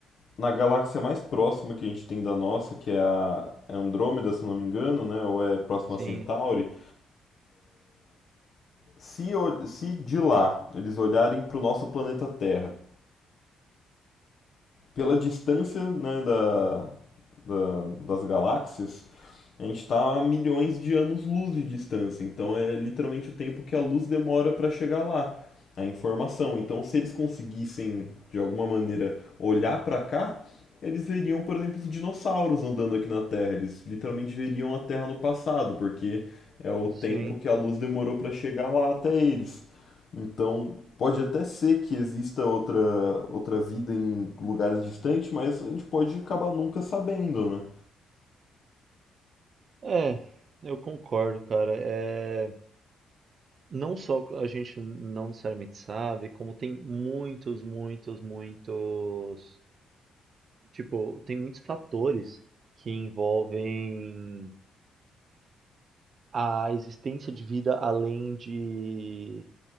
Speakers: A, on the left; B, on the right.
A: na galáxia mais próxima que a gente tem da nossa, que é a é Andrômeda, se não me engano, né? Ou é próxima
B: Sim,
A: a Centauri. Se, ol- se de lá eles olharem para o nosso planeta Terra, pela distância, né, da, da- das galáxias, A gente está a milhões de anos-luz de distância, então é literalmente o tempo que a luz demora para chegar lá, a informação. Então, se eles conseguissem, de alguma maneira, olhar para cá, eles veriam, por exemplo, os dinossauros andando aqui na Terra. Eles literalmente veriam a Terra no passado, porque é o tempo
B: sim.
A: que a luz demorou para chegar lá até eles. Então, pode até ser que exista outra, outra vida em lugares distantes, mas a gente pode acabar nunca sabendo, né?
B: É, eu concordo, cara. É. Não só a gente não necessariamente sabe, como tem muitos, muitos, muitos. Tipo, tem muitos fatores que envolvem a existência de vida além de